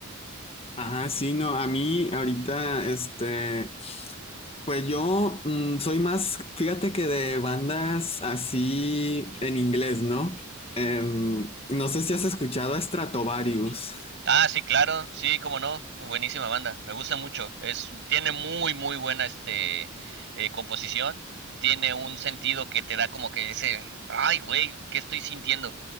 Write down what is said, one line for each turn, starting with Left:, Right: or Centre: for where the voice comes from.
Left: Ajá, sí, no, a mí ahorita, este, pues yo mm, soy más, fíjate que de bandas así en inglés, ¿no? Em, no sé si has escuchado a Stratovarius.
Right: Ah, sí, claro, sí, cómo no, buenísima banda, me gusta mucho, es, tiene muy, muy buena este, eh, composición, tiene un sentido que te da como que ese, ay, güey, ¿qué estoy sintiendo?